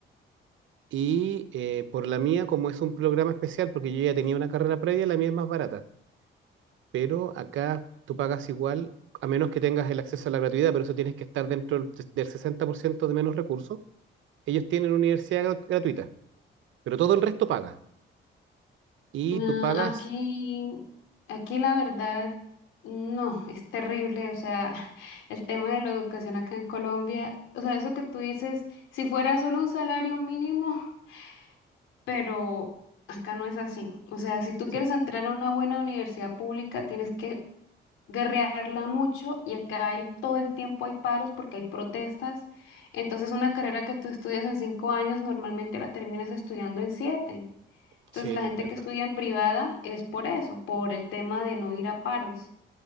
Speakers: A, on the right; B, on the left.
A: Y eh, por la mía, como es un programa especial, porque yo ya tenía una carrera previa, la mía es más barata. Pero acá tú pagas igual, a menos que tengas el acceso a la gratuidad, pero eso tienes que estar dentro del del 60% de menos recursos. Ellos tienen universidad gra- gratuita, pero todo el resto paga. Y
B: No,
A: tú pagas...
B: aquí, aquí la verdad, no, es terrible. O sea, <laughs> el tema de la educación acá en Colombia, o sea, eso que tú dices, si fuera solo un salario mínimo, <laughs> pero acá no es así. O sea, si tú
A: Sí,
B: quieres entrar a una buena universidad pública, tienes que guerrearla mucho y acá hay, todo el tiempo hay paros porque hay protestas. Entonces una carrera que tú estudias en cinco años normalmente la terminas estudiando en siete. Entonces
A: sí,
B: la
A: te
B: gente
A: entiendo.
B: que estudia en privada es por eso, por el tema de no ir a paros.